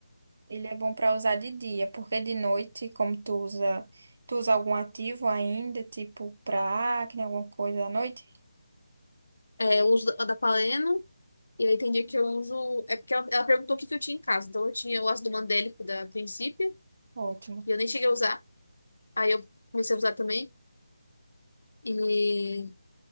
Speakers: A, on the right (about 50°); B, on the left (about 85°).
A: Ele é bom para usar de dia, porque de noite, como tu usa, tu usa algum ativo ainda, tipo pra acne, alguma coisa à noite?
B: É, eu uso a da Paleno, e aí tem dia que eu uso. É porque ela, ela perguntou o que que eu tinha em casa. Então eu tinha o ácido do mandélico da Princípio,
A: Ótimo.
B: que eu nem cheguei a usar. Aí eu comecei a usar também. E.